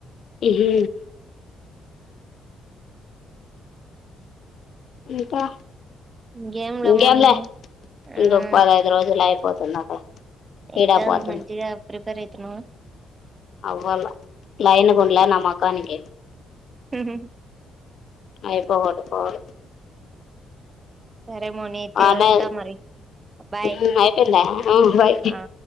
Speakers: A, on the left; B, on the right.
A: ఇహి ఇంకా
B: గేమ్లమోని
A: ఇంకేంలే
B: ఆ
A: ఇంగోపదైదు రోజులయిపోతుంది అక్కడ
B: ఎగ్జామ్స్
A: ఈడ పోతుంది
B: మంచిగా ప్రిపేర్ అయితున్నావా
A: అవ్వాల లైన్ గుంలే నామకానికి
B: ఉహూ
A: అయిపోగొట్టుకోవాలి
B: సరే మోని అయితే
A: బానే
B: ఉంటా మరి బాయ్
A: ఉ ఐపోయిందా బై
B: ఆ